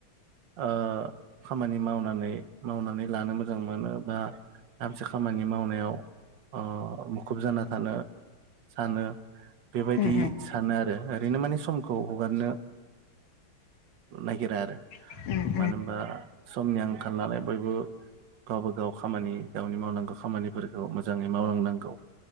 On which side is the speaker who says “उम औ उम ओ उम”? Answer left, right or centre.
Left